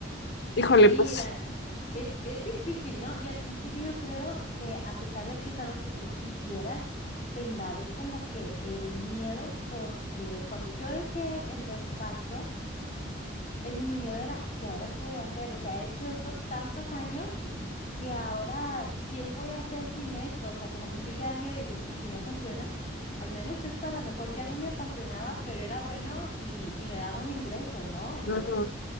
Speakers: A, on the left; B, on the left.
A: híjole,
B: Sí,
A: pues...
B: mira, es, es difícil, ¿no? Y al principio yo creo que a pesar de que es algo que tú quisieras, te invade como que el miedo, porque cuando yo dejé el despacho, el, mi miedo era, ¿y ahora qué voy a hacer? O sea, he hecho esto tantos años que ahora, ¿quién voy a hacer sin esto? O sea, como que sí te da miedo y dices, ¿y si no funciona? Al menos esto a lo mejor ya no me apasionaba, pero era bueno y, y me daba un ingreso, ¿no? Entonces...
A: ujú.